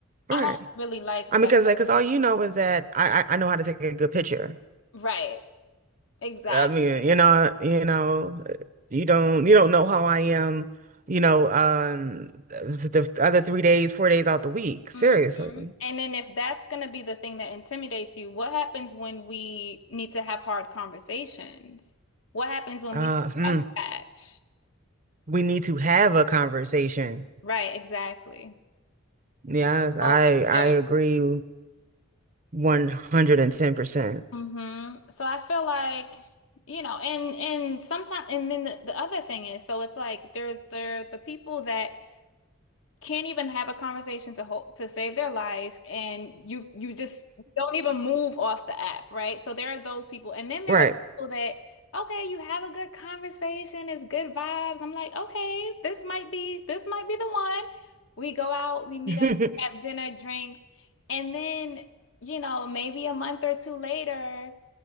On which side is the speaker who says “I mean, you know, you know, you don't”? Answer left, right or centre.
Right